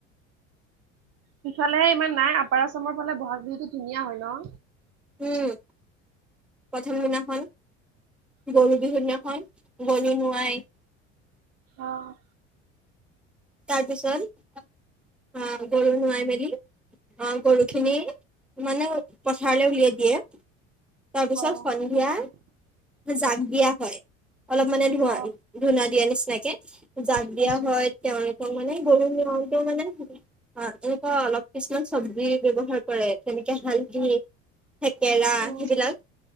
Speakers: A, on the right; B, in the centre.
A: সিফালে ইমান নাই আপাৰ আচামৰ ফালে ব'হাগ বিহুতটো ধুনীয়া হয় ন।
B: উম' প্ৰথম দিনাখন,
A: উম
B: গৰু বিহুৰ দিনাখন। গৰু নোৱায়।
A: অহ'।
B: তাৰপিছত অহ' গৰু নাই মেলি। অহ' গৰুখিনি
A: উম
B: মানে পথাৰলৈ উলিয়াই দিয়ে। তাৰপিছত
A: অ
B: সন্ধিয়া, জাক দিয়া হয়। অলপ মানে ধুৱা-ধূনা
A: অ
B: দিয়া নিচিনাক, জাক দিয়া
A: পাইছো
B: হয়। তেওঁলোকৰ মানে, গৰু নিয়মতো মানে অ' এনেকুৱা অলপ কিছুমান চব্জি ব্যৱহাৰ কৰে, যেনেকে নেকে হালধি। থেকেৰা
A: উম
B: সেইবিলাক।